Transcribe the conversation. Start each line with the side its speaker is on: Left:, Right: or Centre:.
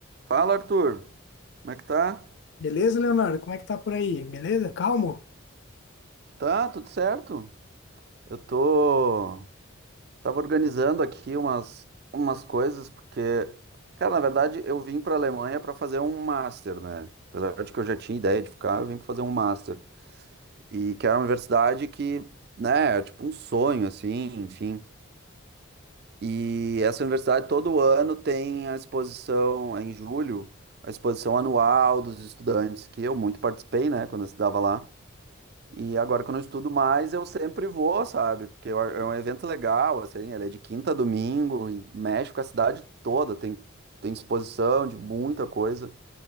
Right: Fala, Arthur. Como é que tá?
Left: Beleza, Leonardo? Como é que tá por aí? Beleza? Calmo?
Right: Tá, tudo certo. Eu tô. Tava organizando aqui umas, umas coisas, porque, cara, na verdade, eu vim pra Alemanha pra fazer um master, né? Apesar de que eu já tinha ideia de ficar, eu vim pra fazer um master. E que era uma universidade que, né, é tipo um sonho, assim, enfim. E essa universidade todo ano tem a exposição, é em julho, a exposição anual dos estudantes, que eu muito participei, né, quando eu estudava lá. E agora que eu não estudo mais, eu sempre vou, sabe? Porque eu- é um evento legal, assim, ele é de quinta a domingo e mexe com a cidade toda, tem, tem exposição de muita coisa.